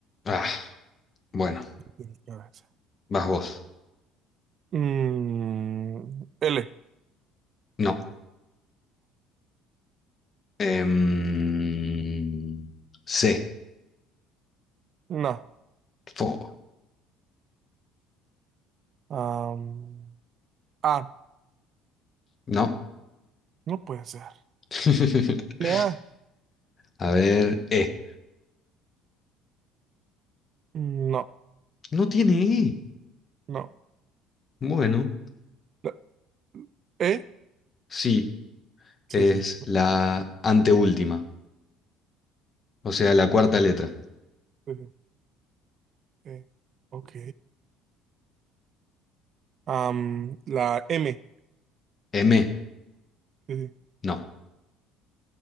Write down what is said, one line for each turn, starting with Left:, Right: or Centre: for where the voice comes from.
Left: ah, bueno,
Right: tienes que ver esa.
Left: vas vos.
Right: Mm, L.
Left: No. Em, C,
Right: No.
Left: fo,
Right: Am, A.
Left: no.
Right: No puede ser.
Left: <laughs>
Right: A.
Left: A ver, E.
Right: No,
Left: No tiene E.
Right: no.
Left: Bueno,
Right: La- E.
Left: sí.
Right: Sí,
Left: Es
Right: sí.
Left: la anteúltima, o sea, la cuarta letra.
Right: Sí, sí. E. Ok. Am, la M.
Left: M,
Right: Sí, sí.
Left: no.